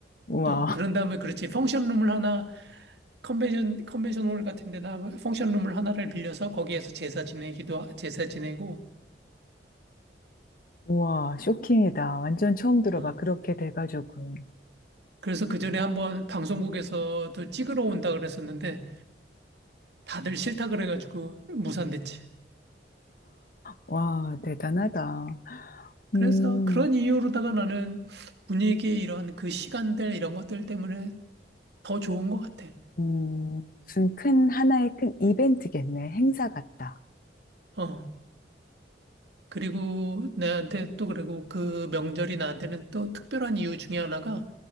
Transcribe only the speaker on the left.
우와,
우와, 쇼킹이다. 완전 처음 들어봐.
그렇게 대가족은.
와, 대단하다.
음,
음, 무슨 큰, 하나의 큰 이벤트겠네. 행사 같다.